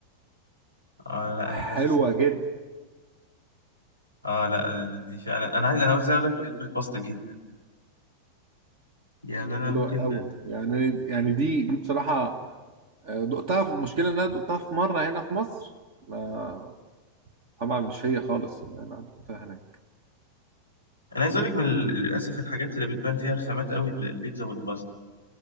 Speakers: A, on the right; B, on the right.
A: اه لا
B: حلوه
A: انا حاسسها
B: جدا
A: اه لا دي فعلا انا عايز انا عايز اقول لك بحب الباستا جدا يعني انا
B: حلوه
A: ممكن
B: قوي يعني يعني دي دي بصراحه آه، دقتها في- المشكله ان انا دقتها في مره هنا في مصر ما طبعا مش هي خالص اللي انا دقتها هناك
A: انا عايز اقول لك من ال- للاسف الحاجات اللي بتبان فيها الخامات قوي ال- البيتزا والباستا